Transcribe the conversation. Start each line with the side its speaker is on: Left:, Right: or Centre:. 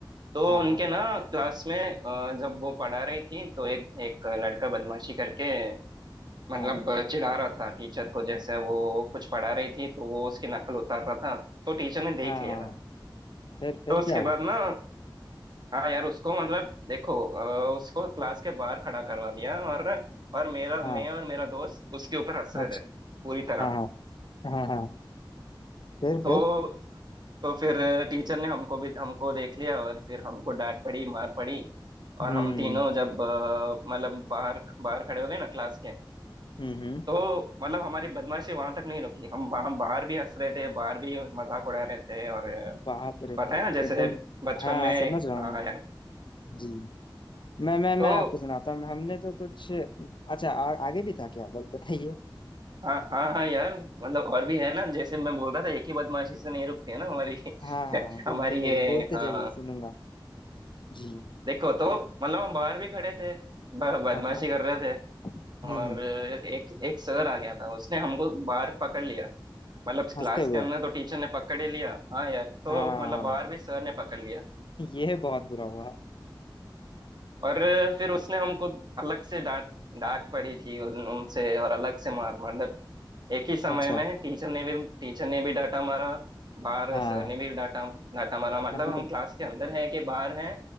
Right: तो
Left: हाँ
Right: उनके
Left: हाँ
Right: ना क्लास में अ, जब वो पढ़ा रही थी तो एक एक लड़का बदमाशी करके मतलब
Left: हाँ
Right: चिढ़ा रहा था टीचर को जैसे वो कुछ पढ़ा रही थी तो वो उसकी नकल उतार रहा था तो टीचर ने देख
Left: हाँ
Right: लिया था
Left: फिर फिर
Right: तो उसके
Left: क्या हुआ
Right: बाद ना हाँ यार उसको मतलब देखो अ, उसको क्लास के बाहर खड़ा करवा दिया और और मेरा
Left: हाँ
Right: मैं और मेरा दोस्त उसके ऊपर हंस रहे
Left: अच्छा
Right: थे पूरी तरह
Left: हाँ हाँ हाँ हाँ फिर
Right: तो
Left: फिर
Right: तो फिर टीचर ने हमको भी हमको देख लिया और फिर हमको डांट पड़ी मार पड़ी और
Left: हम्म
Right: हम तीनों जब अ, मतलब बाहर बाहर खड़े हो गए ना क्लास के
Left: हम्म हम्म,
Right: तो मतलब हमारी बदमाशी वहां तक नहीं रुकी हम वहां बाहर भी हंस रहे थे बाहर भी मजाक उड़ा रहे थे और अ,
Left: बाप रे
Right: पता है ना जैसे
Left: एकदम
Right: बचपन
Left: हाँ हाँ,
Right: में
Left: समझ रहा हूँ
Right: हाँ
Left: मैं
Right: यार
Left: जी मैं मैं मैं
Right: तो
Left: आपको सुनाता हूँ हमने तो कुछ अच्छा आ, आगे भी था क्या बल- बताइए
Right: हाँ हाँ हाँ यार मतलब और भी है ना जैसे मैं बोल रहा था एक ही बदमाशी से नहीं रुकती है ना हमारी
Left: हाँ हाँ
Right: <laughs>
Left: हाँ बोलते
Right: हमारी
Left: जाइए
Right: ये
Left: बोलते
Right: हाँ
Left: जाइए सुनूंगा जी
Right: देखो तो मतलब हम बाहर भी खड़े थे ब- बदमाशी
Left: हाँ हाँ
Right: कर रहे थे
Left: हम्म
Right: और
Left: हम्म।
Right: अ, एक एक सर आ गया था उसने हमको बाहर पकड़ लिया मतलब
Left: हंसते
Right: क्लास के
Left: हुए
Right: अंदर तो टीचर ने पकड़ ही लिया हाँ यार तो
Left: हाँ
Right: मतलब बाहर भी सर ने पकड़ लिया
Left: ये बहुत बुरा हुआ
Right: और फिर उसने हमको अलग से डांट डांट पड़ी थी उन- उनसे और अलग से मार मतलब एक ही समय
Left: अच्छा
Right: में टीचर ने भी टीचर ने भी डांटा मारा बाहर
Left: हाँ
Right: सर ने भी डांटा डांटा मारा मतलब
Left: मतलब
Right: हम क्लास के अंदर हैं कि बाहर हैं